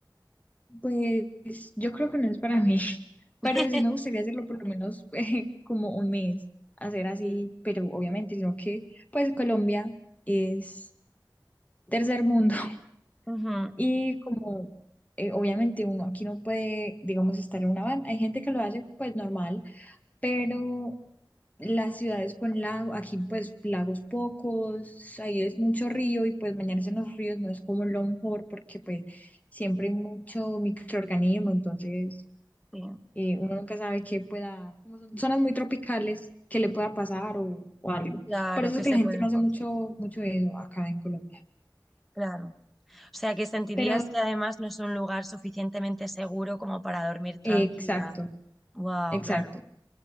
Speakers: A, on the left; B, in the centre.
A: Pues yo creo que no es para mí, <laughs>
B: <laughs>
A: pero sí me gustaría hacerlo por lo menos <laughs> eh, como un mes, hacer así,
B: Sí.
A: pero obviamente, sino que pues Colombia es tercer mundo <laughs>
B: Ujú,
A: y como eh, obviamente uno aquí no puede, digamos, estar en una van, hay gente que lo hace pues normal, pero las ciudades con lago, aquí pues lagos pocos, ahí es mucho río y pues bañarse en los ríos no es como lo mejor porque pues siempre hay mucho microorganismo, entonces
B: sí.
A: eh, uno nunca sabe qué pueda, como son zonas muy tropicales, qué le pueda pasar o, o algo.
B: Claro
A: Por eso
B: que
A: es que
B: se
A: la gente
B: puede
A: no
B: encontrar,
A: hace mucho, mucho eso acá en Colombia.
B: claro. O sea, que sentirías
A: Pero,
B: que además no es un lugar suficientemente seguro como para dormir tranquila.
A: eh, exacto,
B: Wow,
A: exacto.
B: claro,